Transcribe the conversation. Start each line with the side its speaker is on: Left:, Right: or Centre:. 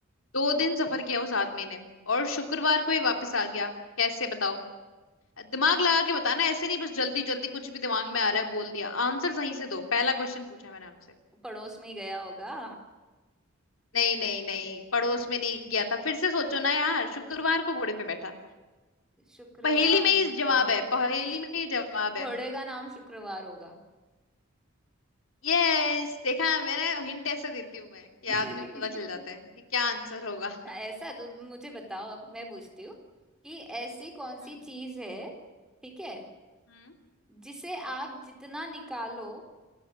Left: दो दिन सफर किया उस आदमी ने और शुक्रवार को ही वापस आ गया कैसे बताओ दिमाग लगा के बताना ऐसे नहीं बस जल्दी जल्दी कुछ भी दिमाग में आ रहा है बोल दिया आंसर सही से दो पहला क्वेश्चन पूछा मैंने आपसे
Centre: पड़ोस में ही गया होगा
Left: नहीं नहीं नहीं पड़ोस
Centre: <laughs>
Left: में नहीं गया था फिर से सोचो ना यार शुक्रवार को घोड़े पे बैठा
Centre: शुक्रवार
Left: पहेली में ही जवाब
Centre: को
Left: है पहेली में ही जवाब
Centre: घोड़े
Left: है
Centre: का नाम शुक्रवार होगा
Left: यस देखा मैंने हिंट ऐसे देती हूँ मैं कि
Centre: <laughs>
Left: आदमी को पता चल जाता है कि क्या आंसर होगा
Centre: ऐसा
Left: <laughs>
Centre: तो मुझे बताओ अब मैं पूछती हूँ कि ऐसी कौन सी
Left: हम्म
Centre: चीज है ठीक है
Left: हम्म
Centre: जिसे आप जितना निकालो